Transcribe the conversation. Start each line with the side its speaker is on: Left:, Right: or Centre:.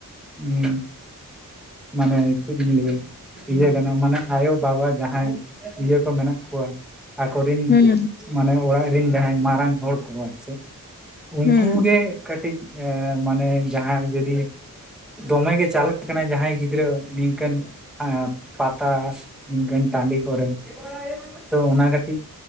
Centre: ᱦᱩᱸ᱾ ᱢᱟᱱᱮ ᱪᱮᱫ ᱤᱧ ᱞᱟᱹᱭ ᱟ? ᱤᱭᱟᱹ ᱠᱟᱱᱟ ᱢᱟᱱᱮ ᱟᱭᱳ ᱵᱟᱵᱟ ᱡᱟᱦᱟᱸᱭ ᱤᱭᱟᱹ ᱠᱚ ᱢᱮᱱᱟᱜ ᱠᱚᱣᱟ ᱾ ᱟᱠᱚᱨᱮᱱ
Left: ᱦᱩᱸ
Centre: ᱢᱟᱱᱮ ᱚᱲᱟᱜ ᱨᱮᱱ ᱡᱟᱦᱟᱸᱭ ᱢᱟᱨᱟᱝ ᱦᱚᱲ ᱠᱚ ᱟᱨ ᱪᱮᱫ ᱾ ᱩᱱᱠᱩ
Left: ᱦᱩᱸ ᱦᱩᱸ
Centre: ᱜᱮ ᱠᱟᱹᱴᱤᱡ ᱮ ᱢᱟᱱᱮ ᱡᱟᱦᱟᱸᱭ ᱡᱩᱫᱤ ᱫᱚᱢᱮᱜ ᱜᱮ ᱪᱟᱞᱟᱜ ᱠᱟᱱᱟᱭ ᱡᱟᱦᱟᱸᱭ ᱜᱤᱫᱽᱨᱟᱹ ᱱᱤᱝᱠᱟᱹᱱ ᱟ ᱯᱟᱛᱟ ᱱᱤᱝᱠᱟᱹᱱ ᱴᱟᱺᱰᱤ ᱠᱚᱨᱮ ᱛᱚ ᱚᱱᱟ ᱠᱟᱹᱴᱤᱡ,